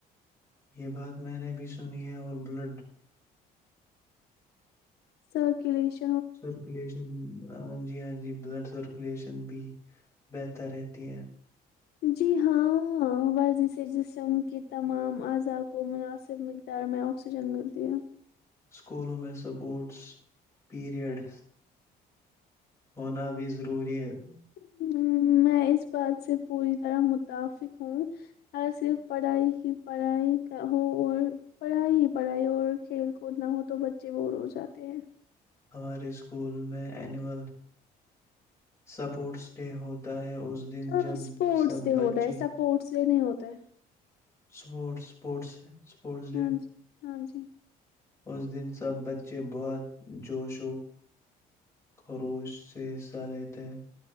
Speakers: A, on the left; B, on the left.
A: یہ بات میں نے بھی سنی ہے اور بلڈ
B: س کلیش
A: سرکولیشن جی ہاں جی بلڈ سرکولیشن بھی بہتر رہتی ہے
B: جی ہاں ورزی سے جسم کی تمام اعضاء کو مناسب مقدار میں آکسیجن ملتی ہے
A: اسکولوں میں سپورٹس پریڈ ہونا بھی ضروری ہے
B: ہ میں اس بات سے پوری طرح متفق ہوں ا صرف پڑھائی ہی پڑھائی کا ہو اور پڑھائی ہی پڑھائی اور کھیل کود نہ ہو تو بچے بور ہو جاتے ہیں
A: ہمارے اسکول میں اینول سپورٹس ڈے ہوتا ہے اس دن
B: ہاں
A: جب
B: سپورٹس
A: سب
B: سے
A: بچے
B: ہو رہے ہے سپورٹس ج نہیں ہوتا ہے
A: سپورٹس سپورٹس ہیں اسپورٹس ڈے
B: ہاں جی ہاں جی
A: اس دن سب بچے بہت جوش و خروش سے حصہ لیتے ہیں